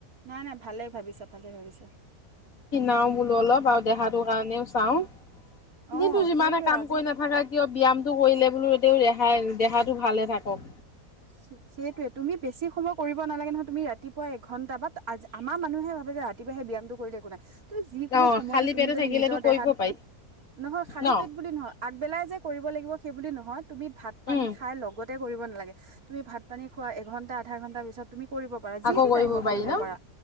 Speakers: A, on the right; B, on the left.
A: নাই নাই ভালেই ভাবিছা, ভালে ভাবিছা।
B: কিনাও বোলো অলপ আৰু দেহাটোৰ কাৰণেও চাও,
A: অ
B: দিনটো যিমানে
A: সেইটোয়ে
B: কাম
A: আজি
B: কৰি নাথাকা কিয় কিয় ব্যয়ায়ামটো কৰিলে বোলো এতিয়াও ৰেহাই দেহাটো ভালে থাকো।
A: ঠিক সেইটোয়ে তুমি বেছি সময় কৰিব নালাগে নহয়, তুমি ৰাতিপুৱা এঘণ্টা বাত আ আমাৰ মানুহে ভাবে যে ৰাতিপুৱাই সেই ব্যায়ামটো কৰিলে একো নাই। তুমি যিকোনো
B: অ',
A: সময়তো,
B: খালী
A: তুমি
B: পেটে
A: যদি
B: থাকিলেতো
A: নিজৰ
B: কৰিব
A: দেহাত,
B: পাৰি
A: নহয় খালী
B: ন?
A: পেট বুলি নহয়। আগবেলাই যে কৰিব লাগিব সেইবুলি নহয়, তুমি ভাত পানী
B: উম,
A: খাই লগতে কৰিব নালাগে। তুমি ভাত পানী খোৱা এঘণ্টা আধা ঘণ্টা পিছত তুমি কৰিবা অ' যি
B: আকৌ
A: টি টাইমত
B: পাৰি
A: কৰিব
B: ন?
A: পাৰা,